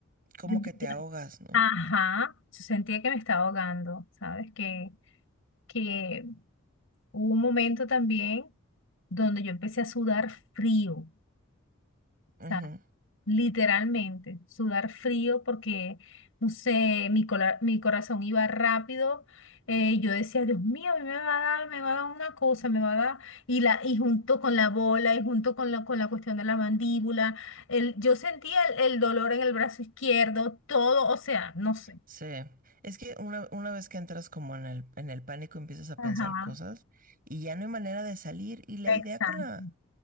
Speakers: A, on the right; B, on the left.
A: como
B: Yo sentía-
A: que te ahogas, ¿no?
B: ajá, yo sentía que me estaba ahogando, ¿sabes? Que, que hubo un momento también donde yo empecé a sudar frío. O
A: Ujú.
B: sea, literalmente, sudar frío porque, no sé, mi, cola- mi corazón iba rápido. eh, yo decía, Dios mío, a mí me va a dar, me va a dar una cosa, me va a dar. Y, la, y junto con la bola, y junto con la, con la cuestión de la mandíbula, el, yo sentía el, el dolor en el brazo izquierdo, todo, o sea, no sé.
A: Sí. Es que una, una vez que entras como en el, en el pánico empiezas a
B: Ajá,
A: pensar cosas y ya no hay manera de salir. Y la
B: exacto.
A: idea con la,